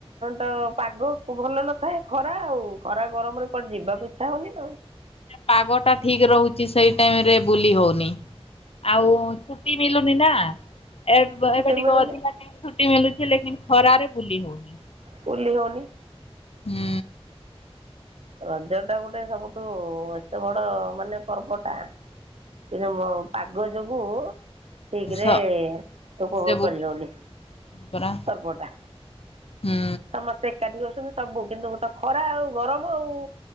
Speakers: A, on the right; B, on the left.
A: ତ ପାଗ ଭଲ ନଥାଏ ଖରା ଆଉ । ଖରା ଗରମରେ କୁଆଡେ ଯିବାକୁ ଇଚ୍ଛା ହଉନି ।
B: ପାଗ ଟା ଠିକ ରହୁ । ଛି ସେଇ ଟାଇମ ରେ ବୁଲି ହଉନି ଆଉ ଛୁଟି ମିଲୁନି ନା । ଏବ
A: ଛୁଟି
B: ଏବେ ଟିକେ
A: ମିଳୁନି
B: ଅଧିକା ଟାଇମ୍ ‌ଛୁଟି। ଛୁଟି ମିଳୁଛି ଲେକିନ ଖରାରେ ବୁଲି ହଉନି।
A: ବୁଲି ହଉନି।
B: ହୁଁ।
A: ରଜ ଟା ଗୋଟେ ସବୁଠୁ ଏତେ ବଡ ମାନେ ପର୍ବଟା କିନ୍ତୁ ମ ପାଗ ଯୋଗୁ ଠିକରେ
B: ସ
A: ଉପଭୋଗ
B: ସେ ବୁଲି
A: କରି ହଉନି
B: ପରା
A: ପର୍ବ ଟା।
B: ହୁଁ
A: ସମସ୍ତେ ଏକାଠି ହଉଛନ୍ତି। ସବୁ କିନ୍ତୁ ତ ଖରା ଆଉ ଗରମ ଆଉ।